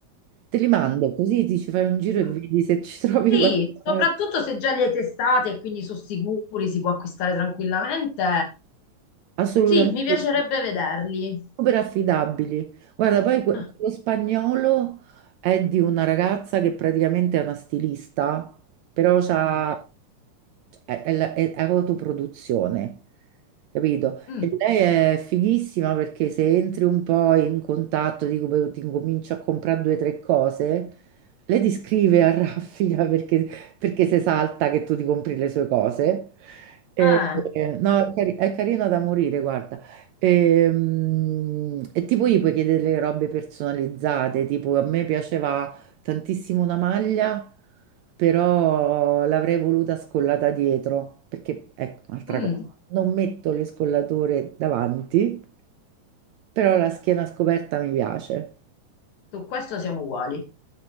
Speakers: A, on the right; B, on the left.
A: Te li mando così ti ci fai un giro e
B: Mm,
A: vedi se ci <laughs> trovi
B: Sì,
A: qualcosa.
B: soprattutto se già li hai testati e quindi sono sicuri, si può acquistare tranquillamente.
A: Assolutamente
B: Sì, mi piacerebbe
A: sì.
B: vederli.
A: super affidabili. Guarda, poi que-
B: Ah,
A: quello spagnolo è di una ragazza che praticamente è una stilista, però Mm. c'ha-
B: ok.
A: è, è la- è- è autoproduzione, capito?
B: Mm,
A: E lei è fighissima perché se entri un po' in contatto, dico, beh, ti incomincio a comprare due o tre cose, lei ti scrive a raffica <laughs> perché, perché se salta che tu ti compri le sue cose. E-
B: eh,
A: e- no, è, cari- è carina da morire, guarda. E, mm, e tipo gli puoi chiedere le robe personalizzate, tipo a me piaceva tantissimo una maglia però l'avrei voluta scollata dietro, perché ecco, un'altra
B: mm,
A: cosa, non metto le scollature davanti, però la schiena scoperta mi piace,
B: su questo siamo uguali.